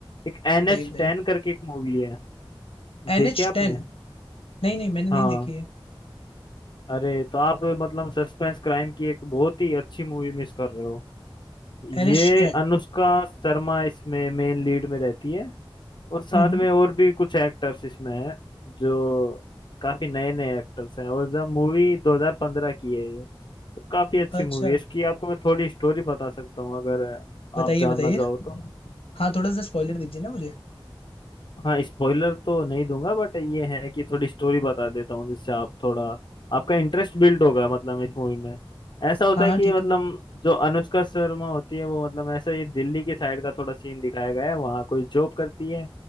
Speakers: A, on the left; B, on the left.
A: एक एन
B: बताइए
A: एच
B: बताइए
A: टेन करके एक मूवी है देखी
B: N H
A: आपने
B: ten नहीं नहीं मैंने नहीं
A: हाँ
B: देखी है
A: अरे तो आप मतलब सस्पेंस क्राइम की एक बहुत ही अच्छी मूवी मिस कर रहे हो
B: एन
A: ये
B: एच टेन
A: अनुष्का शर्मा इसमें मेन लीड में रहती है और साथ
B: हम्म हम्म
A: में और भी कुछ एक्टर्स इसमें हैं जो काफी नए नए एक्टर्स हैं और जब मूवी 2015 की है ये तो काफी अच्छी
B: अच्छा
A: मूवी है इसकी आपको मैं थोड़ी स्टोरी बता सकता हूँ अगर
B: बताइए
A: आप जानना
B: बताइए
A: चाहो तो
B: हाँ थोड़ा सा स्पॉइलर दीजिए ना मुझे
A: हाँ स्पॉइलर तो नहीं दूंगा बट ये है कि थोड़ी स्टोरी बता देता हूँ जिससे आप थोड़ा आपका इंटरेस्ट बिल्ड होगा मतलब इस मूवी में ऐसा होता
B: हाँ
A: है
B: हाँ
A: कि
B: ठीक
A: मतलब
B: है
A: जो अनुष्का शर्मा होती है वो मतलब ऐसा ये दिल्ली के साइड का थोड़ा सीन दिखाया गया है वहाँ कोई जॉब करती है